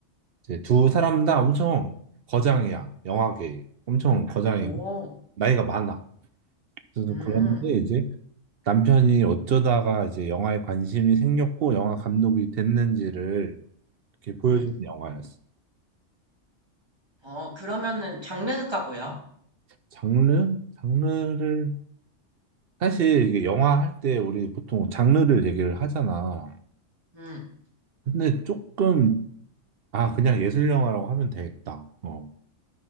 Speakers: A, on the right; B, on the right.
A: 이제 두 사람 다 엄청 거장이야. 영화계. 엄청 거장이고,
B: 오,
A: 나이가 많아. 그래서
B: 음,
A: 그런데 이제 남편이 어쩌다가 이제 영화에 관심이 생겼고 영화 감독이 됐는지를 이렇게 보여주는
B: 음.
A: 영화였어.
B: 어, 그러면은 장르가 뭐야?
A: 장르? 장르를 사실 이게 영화 할 때 우리 보통 장르를 얘기를 하잖아.
B: 음,
A: 근데 조금 아 그냥 예술 영화라고 하면 되겠다. 어.